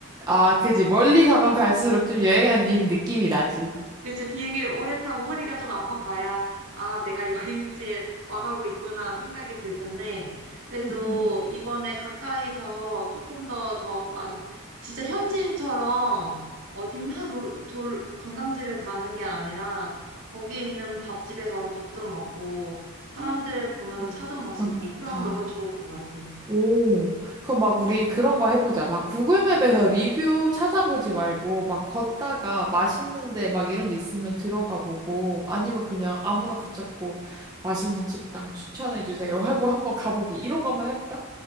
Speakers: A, on the right; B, on the right.
A: 아, 그지. 멀리 가면 갈수록 좀 여행한 니 느낌이 나지.
B: 그치, 비행기를 오래 타고 허리가 좀 아파 봐야, 아, 내가 여행지에 와가고 있구나 생각이 들 텐데, 그래도
A: 응, 응.
B: 이번에 가까이서 조금 더, 더 많, 진짜 현지인처럼 어딜 막 놀, 돌, 관광지를 가는 게 아니라, 거기에 있는 밥집에 가서 밥도 먹고, 사람들
A: 음,
B: 보면서 차도 마시고,
A: 너무 좋다.
B: 그러면 너무 좋을 것 같아.
A: 오, 그럼 막 우리 그런 거 해보자. 막 구글맵에서 리뷰 찾아보지 말고, 막 걷다가 맛있는데 막 이런 데 있으면 들어가 보고, 아니면 그냥 아무나 붙잡고 맛있는 식당 추천해주세요 <laughs> 하고 한번 가보기. 이런 거 한번 해볼까?